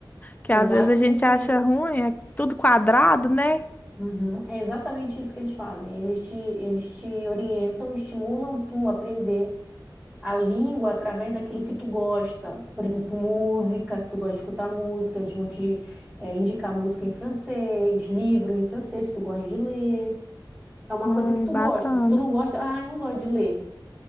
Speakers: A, on the left (about 20°); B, on the right (about 20°).
A: Que
B: Exatamente.
A: às vezes a gente acha
B: isso.
A: ruim, é tudo quadrado, né?
B: Uhum, É exatamente isso que eles fazem. Eles te, eles te orientam, estimulam tu a aprender a língua através daquilo que tu gosta. Por exemplo, música, se tu gosta de escutar música, eles vão te, eh, indicar música em francês, livro em francês, se tu gosta de ler. É uma
A: Ai,
B: coisa que tu
A: bacana.
B: gosta. Se tu não gosta, ah, eu não gosto de ler.